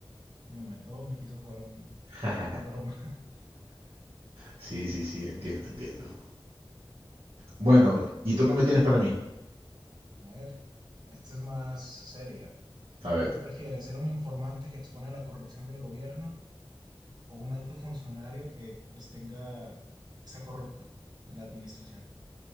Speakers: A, on the right; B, on the right.
A: se lo inventó, me quiso jugar un-
B: <laughs>
A: una broma. <laughs>
B: Sí, sí, sí, entiendo, entiendo. Bueno, ¿y tú qué me tienes para mí?
A: A ver, esta es más seria.
B: A ver.
A: ¿Qué prefieres, ser un informante que expone la corrupción del gobierno o un alto funcionario que pues tenga, que sea corrupto en la administración?